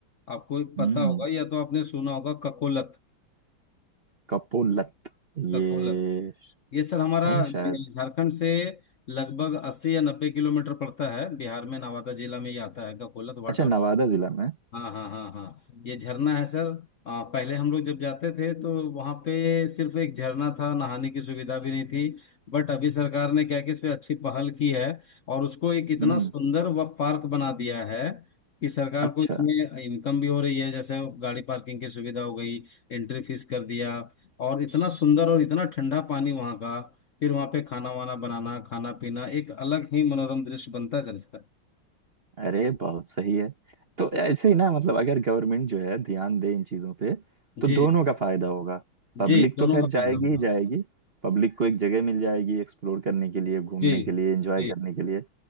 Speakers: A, on the left (about 55°); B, on the right (about 35°).
A: आपको
B: हम्म
A: पता होगा या तो आपने सुना होगा ककोलत
B: कपोलत ये
A: ककोलत ये सर हमारा
B: नहीं शायद
A: झारखंड से लगभग अस्सी या नब्बे किलोमीटर पड़ता है बिहार में नवादा जिला में ही आता है ककोलत वाटर
B: अच्छा नवादा जिला में
A: हाँ हाँ हाँ हाँ ये झरना है सर आ, पहले हम लोग जब जाते थे तो वहाँ पे सिर्फ एक झरना था नहाने की सुविधा भी नहीं थी बट अभी सरकार ने क्या कि इस पे अच्छी पहल की है और उसको एक इतना
B: हम्म
A: सुंदर व पार्क बना दिया है कि सरकार
B: अच्छा
A: को इसमें इनकम भी हो रही है जैसे गाड़ी पार्किंग की सुविधा हो गई एंट्री फीस कर दिया और इतना सुंदर और इतना ठंडा पानी वहाँ का फिर वहाँ पे खाना वाना बनाना खाना पीना एक अलग ही मनोरम दृश्य बनता है सर इसका
B: अरे बहुत सही है तो ऐसे ही ना मतलब अगर गवर्नमेंट जो है ध्यान दे इन चीजों पे तो
A: जी
B: दोनों का फायदा होगा पब्लिक
A: जी दोनों
B: तो खैर
A: का फायदा
B: जाएगी
A: होगा
B: ही जाएगी पब्लिक को एक जगह मिल जाएगी एक्सप्लोर करने के लिए घूमने
A: जी
B: के लिए एंजॉय
A: जी
B: करने के लिए